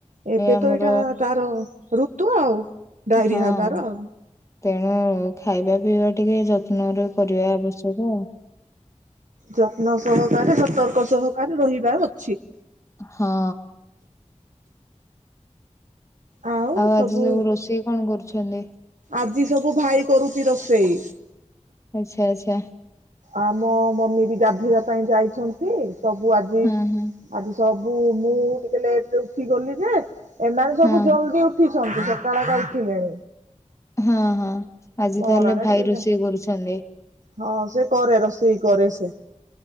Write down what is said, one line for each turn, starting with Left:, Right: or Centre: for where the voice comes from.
Right: ଏବେ
Left: ଆମର
Right: ତ ଏଇଟା ତାର ଋତୁ ଆଉ ଡାଇରିଆ
Left: ହଁ
Right: ହେବାର ଆଉ।
Left: ତେଣୁ ଖାଇବା ପିଇବା ଟିକେ ଯତ୍ନରେ କରିବା ଆବଶ୍ୟକ ଆଉ।
Right: ଯତ୍ନ ସହକାରେ ସତର୍କ ସହକାରେ ରହିବାର ଅଛି।
Left: ହଁ।
Right: ଆଉ ସବୁ
Left: ଆଜି ରୋଷେଇ କଣ କରୁଛନ୍ତି?
Right: ଆଜି ସବୁ ଭାଇ କରୁଛି ରୋଷେଇ।
Left: ଆଚ୍ଛା ଆଚ୍ଛା।
Right: ଆମ ମମି ବି ଗାଧେଇବା ପାଇଁ ଯାଇଛନ୍ତି ସବୁ ଆଜି
Left: ହଁ ହଁ
Right: ଆଜି ସବୁ ମୁଁ ଟିକେ ଲେଟ୍ ରେ ଉଠିଗଲିନା ଯେ ଏମାନେ ସବୁ
Left: ହଁ
Right: ଜଲଦି ସକାଳର ଉଠିଲେ।
Left: ହଁ ହଁ ଆଜି
Right: ମୋର
Left: ତାହେଲେ
Right: ଆକା
Left: ଭାଇ
Right: ଟିକେ
Left: ରୋଷେଇ
Right: ଲେ
Left: କରୁଛନ୍ତି।
Right: ହଁ ସେ କରେ ରୋଷେଇ କରେ ସେ।